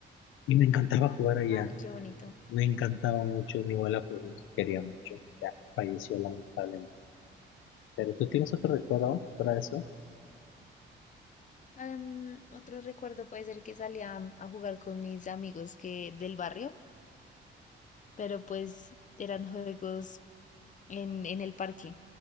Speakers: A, on the left; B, on the left.
A: Y me encantaba jugar allá,
B: ay, qué bonito.
A: me encantaba mucho, mi abuela pues nos quería mucho, ya falleció lamentablemente. ¿Pero tú tienes otro recuerdo para eso?
B: Am, otro recuerdo puede ser que salía a a jugar con mis amigos que del barrio, pero pues eran juegos en, en el parque.